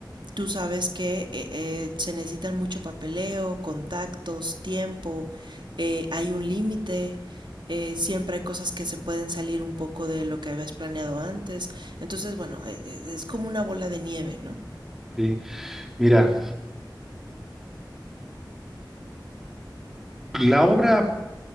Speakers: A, on the right (about 75°); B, in the centre.
A: tú sabes que eh, eh, se necesitan mucho papeleo, contactos, tiempo, eh, hay un límite, eh, siempre hay cosas que se pueden salir un poco de lo que habías planeado antes. Entonces, bueno, eh, eh, es como una bola de nieve, ¿no?
B: ¿sí? Mira, la obra